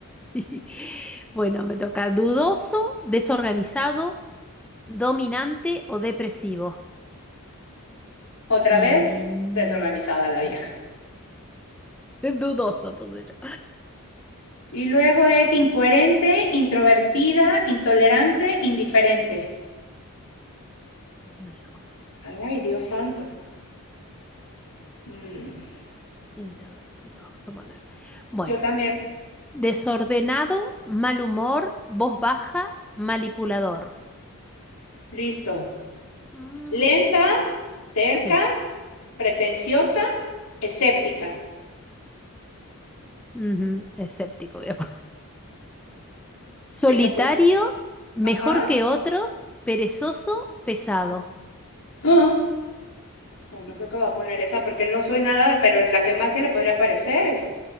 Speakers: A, in the centre; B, on the left.
A: <laughs> Bueno, me toca dudoso, desorganizado, dominante o depresivo.
B: Otra
A: Mm,
B: vez, desorganizada la vieja.
A: <laughs> dudoso puse yo.
B: Y luego es incoherente, introvertida, intolerante, indiferente.
A: Uy,
B: Ay, Dios santo. Mm,
A: Introvertido, vamos a poner. Bueno,
B: yo también.
A: desordenado, mal humor, voz baja, manipulador.
B: Listo.
A: Mm,
B: Lenta, terca,
A: sí,
B: pretenciosa, escéptica.
A: ujú, Escéptico, voy a poner. Solitario,
B: Yo que por,
A: mejor
B: Ajá.
A: que otros, perezoso, pesado.
B: ¡Ah! Bueno, creo que voy a poner esa porque no soy nada, pero la que más se le podría parecer es,